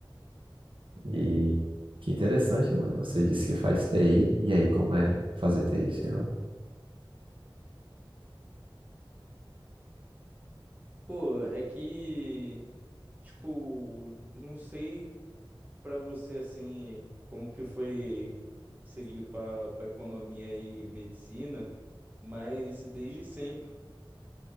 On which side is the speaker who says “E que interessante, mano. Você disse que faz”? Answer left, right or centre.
Right